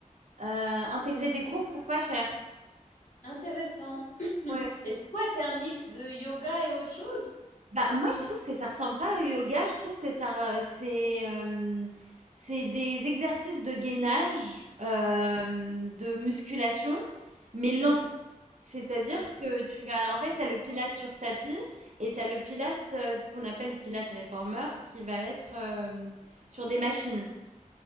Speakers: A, on the right; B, on the left.
A: heu, intégrer des cours pour pas cher.
B: intéressant. <clears throat>
A: Ouais.
B: Et c'est quoi? C'est un mix de yoga et autre chose?
A: Bah, moi, je trouve que ça ressemble pas au yoga. Je trouve que ça re c'est, hem, c'est des exercices de gainage, hem, de musculation, mais lent.
B: Mhm.
A: C'est-à-dire que tu vas en fait, tu as le Pilate
B: Ah,
A: sur tapis et tu as le Pilate heu, qu'on appelle Pilate réformeur qui va être, hem, sur des machines.